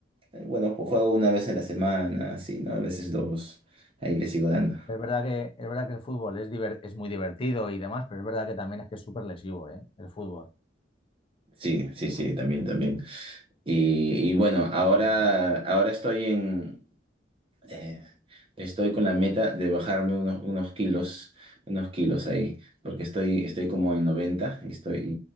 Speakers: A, on the right (about 30°); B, on the left (about 30°).
A: eh, bueno, juego una vez a la semana, así, ¿no? A veces dos, ahí le sigo dando.
B: Es verdad que, es verdad que el fútbol es, diver- es muy divertido y demás, pero es verdad que también es que es súper lesivo, ¿eh? El fútbol.
A: Sí, sí, sí, también, también. Y, y bueno,
B: Pero
A: ahora,
B: bueno, tío.
A: ahora estoy en, eh, estoy con la meta de bajarme unos, unos kilos, unos kilos ahí, porque estoy, estoy como en 90 y, estoy, y